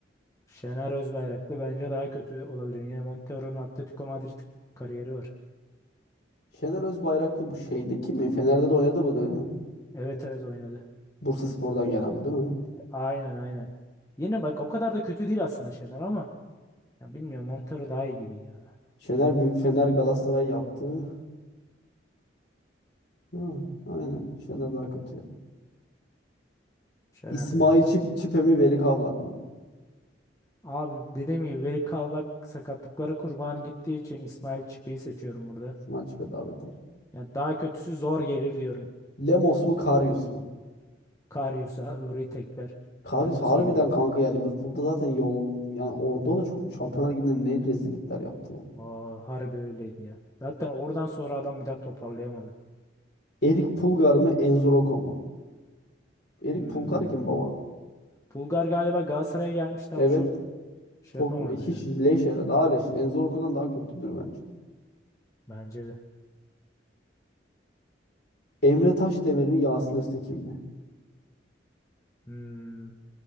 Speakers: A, on the left (about 15°); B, on the left (about 60°).
A: Şener Özbayraklı bence daha kötü de olabilir. Yine Montero'nun Atletico Madrid kariyeri var.
B: Şener Özbayraklı bu şeyde kim mi? Fener'de de oynadı bu değil mi?
A: Evet evet oynadı.
B: Bursaspor'dan gelen bu değil mi?
A: Aynen aynen. Yine bak o kadar da kötü değil aslında Şener ama ya bilmiyorum Montero daha iyi gibi ya.
B: Şener bir Fener Galatasaray yaptı. Ha, aynen. Şener daha kötü ya.
A: Şener
B: İsmail
A: ya.
B: Çip Çipe mi Veli Kavlak mı?
A: Abi dediğim gibi Veli Kavlak sakatlıkları kurbanı gittiği için İsmail Çipe'yi seçiyorum burada.
B: İsmail Çipe daha beter.
A: Ya daha kötüsü zor gelir diyorum.
B: Lemos mu Karius mu?
A: Karius abi burayı tekler.
B: Karius
A: Lemos
B: harbiden
A: kim ya?
B: kanka ya Liverpool'da zaten yol yani orada da çok Şampiyonlar Ligi'nde ne rezillikler yaptı ya.
A: Aa, harbi öyleydi ya. Zaten oradan sonra adam bir daha toparlayamadı.
B: Erik Pulgar mı Enzo Rocco mu? Erik
A: Hmm.
B: Pulgar kim baba?
A: Bulgar galiba Galatasaray'a gelmişti
B: Evet.
A: ama çok şey
B: Çok
A: yapamadı
B: hiç
A: yani.
B: leş herhalde. Daha leş. Enzo Rocco'dan daha kötüdür bence.
A: Bence de.
B: Emre Taşdemir mi Yasin Öztekin mi?
A: Hmm.